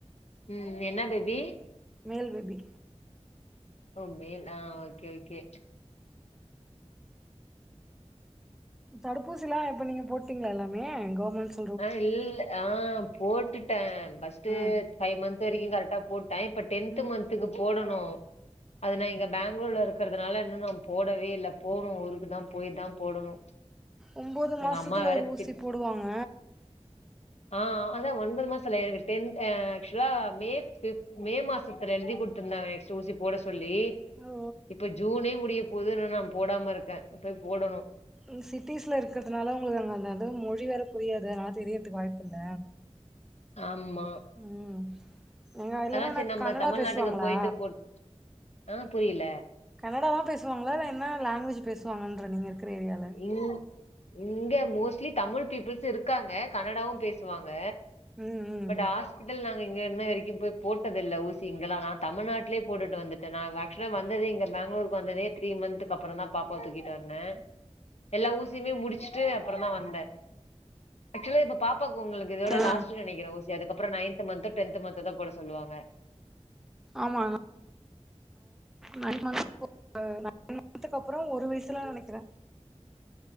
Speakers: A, on the left; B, in the centre.
A: ம் என்ன பேபி
B: மேல் பேபி
A: ஒ மேல் ஆ ஓகே ஓகே
B: தடுப்பூசில்லா இப்ப நீங்க போட்டீங்களா எல்லாமே கவர்மெண்ட்ஸ்
A: அ இல் ஆ போட்டுட்டே ஃபர்ஸ்ட்டு
B: ஆ
A: ஃபை மந்த் வரைக்கு கரெக்ட்டா போட்டே இப்ப டென்த்
B: ம்
A: மன்த்துக்கு போடணு அது நா இங்க பெங்களூர்ல இருக்கிறதுனால இன்னு நா போடவே இல்ல போணு ஊருக்கு தா போய் தா போடணு
B: ஒம்போது
A: எங்க
B: மாசத்துல
A: அம்மா வேற
B: ஒரு ஊசி
A: திட்
B: போடுவாங்க
A: ஆ அதா ஒன்பது மாச இல்ல எனக்கு டென் அ ஆக்சுவலா மே ஃபிஃப் மே மாசத்துல எழுதி குடுத்திருந்தாங்க நெக்ஸ்ட் ஊசி போட சொல்லி
B: ஓ
A: இப்ப ஜூனே முடியப் போது இன்னு நா போடாம இருக்கே போய் போடணு
B: அங் சிட்டிஸ்ல இருக்கறதுனால உங்களுக்கு அங்க அந்தது மொழி வேற புரியாது அதனால தெரியர்துக்கு வாய்ப்பு இல்ல
A: ஆம்மா
B: ம் எங்க இல்லனா
A: சரி
B: நா
A: நம்ம
B: கன்னடா
A: தமிழ்நாட்டுக்கு
B: பேசுவாங்களா
A: போயிட்டு போட் ஆ புரியல
B: கன்னடா தா பேசுவாங்களா இல்லை என்ன லாங்குவேஜ் பேசுவாங்கன்ற நீங்க இருக்கிற ஏரியால
A: இல் இங்க மோஸ்ட்லி தமிழ் பீப்பிள்ஸ் இருக்காங்க கன்னடாவு பேசுவாங்க
B: ம் ம்
A: பட் ஹாஸ் பிட்டல் நாங்க இங்க இன்ன வரைக்கு போய் போட்டதில்ல ஊசி இங்கல்லா நா தமிழ்நாட்லயே போட்டுட்டு வந்துட் டே நா ஆக்சுவலா வந்ததே இங்க பெங்களூருக்கு வந்ததே த்ரீ மந்துக்கு அப்புற தா பாப்பாவ தூக்கிட்டு வந்தே எல்லா ஊசியுமே முடிச்சுட்டு அப்புறந்தா வந்தே ஆக்சுவலா இப்ப பாப்பாக்கு உங்களுக்கு இதோட
B: ஆ
A: லாஸ்ட்டுனு நினைக்குறே ஊசி அதுக்கப்புற நைன்த்து மந்த்தோ டென்த் மந்த்தோ தா போட சொல்லுவாங்க
B: ஆமா நா நைன் மன்த் <inaudible> நைன் மன்த்துக்கு அப்புற ஒரு வயசுல நினைக்கிறே